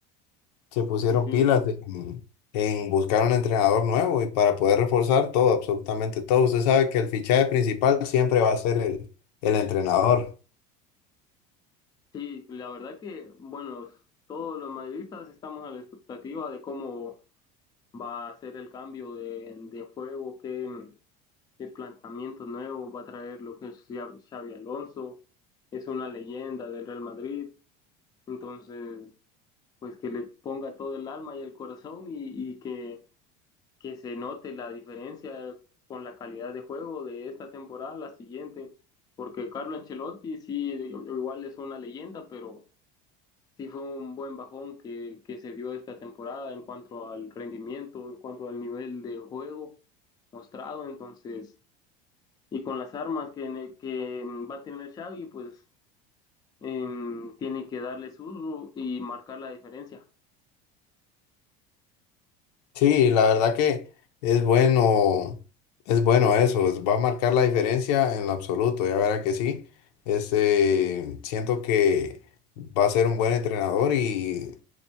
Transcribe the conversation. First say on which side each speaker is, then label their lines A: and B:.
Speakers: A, on the left; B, on the left.
A: se pusieron
B: Sí, sí.
A: pilas en, en buscar un entrenador nuevo y para poder reforzar todo, absolutamente todo. Usted sabe que el fichaje principal siempre va a ser el, el entrenador.
B: Sí, la verdad que, bueno, todos los madridistas estamos a la expectativa de cómo va a hacer el cambio de, de juego, qué, qué planteamientos nuevos va a traer lo que es Xia- Xavi Alonso, es una leyenda del Real Madrid, entonces pues que le ponga todo el alma y el corazón y, y que, que se note la diferencia con la calidad de juego de esta temporada a la siguiente, porque Carlo Ancelotti sí, igual es una leyenda, pero sí fue un buen bajón que, que se dio esta temporada en cuanto al rendimiento, en cuanto al nivel del juego mostrado, entonces, y con las armas que, en el- que va a tener Xavi, pues em, tiene que darle su uso y marcar la diferencia.
A: Sí, la verdad que es bueno, es bueno eso, es- va a marcar la diferencia en lo absoluto, ya verá que sí. Este, siento que va a ser un buen entrenador y